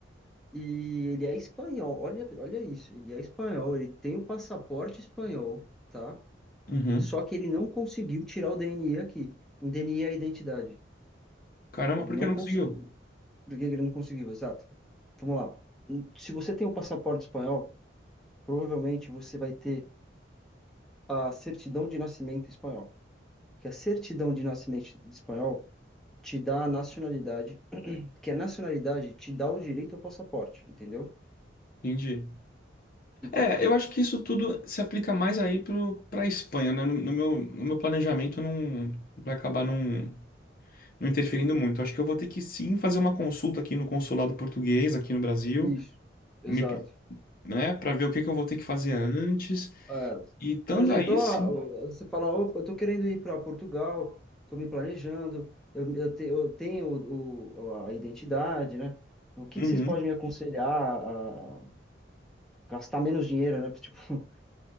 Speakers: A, in the centre; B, on the left.
A: E ele é espanhol, olha, olha isso, ele é espanhol, ele tem o passaporte espanhol, tá?
B: Uhum.
A: Só que ele não conseguiu tirar o DNI aqui. O DNI é a identidade,
B: Caramba,
A: né? Ele
B: por
A: não
B: que não
A: conseguiu.
B: conseguiu?
A: Por que que ele não conseguiu? Exato. Vamos lá. Hum, Se você tem o passaporte espanhol, provavelmente você vai ter a certidão de nascimento espanhol. Que a certidão de nascimento espanhol te dá a nacionalidade, <clears throat> que a nacionalidade te dá o direito ao passaporte, entendeu?
B: Entendi.
A: Então,
B: É, eu acho que isso tudo se aplica mais aí pro, pra Espanha, né? No, no meu, no meu planejamento não vai acabar não, não interferindo muito. Acho que eu vou ter que sim fazer uma consulta aqui no consulado português, aqui no Brasil,
A: isso, exato.
B: me, pro- né, para ver o que que eu vou ter que fazer antes.
A: É,
B: E estando
A: Por exemplo,
B: aí,
A: ó,
B: sim.
A: você fala, opa, eu tô querendo ir para Portugal, tô me planejando, eu, eu, te- eu tenho o, o- a identidade, né? O que
B: Uhum,
A: que vocês podem me aconselhar a gastar menos dinheiro, né? Tipo, <laughs>